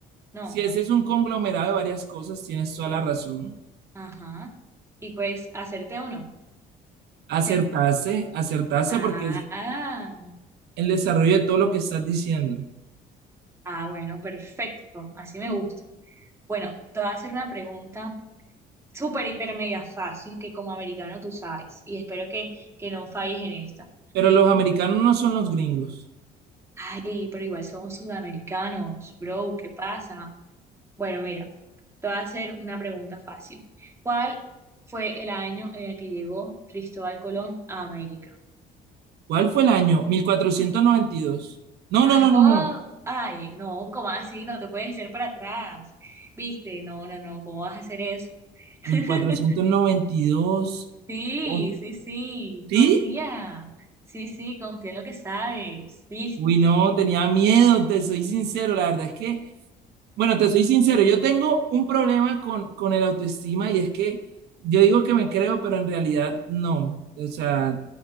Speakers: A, on the right; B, on the right.
A: No,
B: si ese es un conglomerado de varias cosas, tienes toda la razón.
A: ajá. Y pues, hacerte o no.
B: Acertarse,
A: <laughs>
B: acertarse
A: Ah,
B: porque es el desarrollo de todo lo que estás diciendo.
A: ah, bueno, perfecto. Así me gusta. Bueno, te voy a hacer una pregunta súper, hiper, mega fácil que como americano tú sabes. Y espero que, que no falles en esta.
B: Pero los americanos no son los gringos.
A: Ay, pero igual somos sudamericanos, bro. ¿Qué pasa? Bueno, mira, te voy a hacer una pregunta fácil. ¿Cuál fue el año en el que llegó Cristóbal Colón a América?
B: ¿Cuál fue el año? 1492. No,
A: ¡Ajá!
B: no, no, no, no, no.
A: Ay, no, ¿cómo así? No te puedes echar para atrás. ¿Viste? No, no, no, ¿cómo vas a hacer eso? <laughs>
B: mil cuatrocientos noventa y dos.
A: Sí,
B: ¿O
A: sí, sí,
B: sí?
A: confía. Sí, sí, confía en lo que sabes, ¿viste?
B: Uy, no, tenía miedo, te soy sincero, la verdad es que, bueno, te soy sincero, yo tengo un problema con, con el autoestima y es que yo digo que me creo, pero en realidad no. O sea,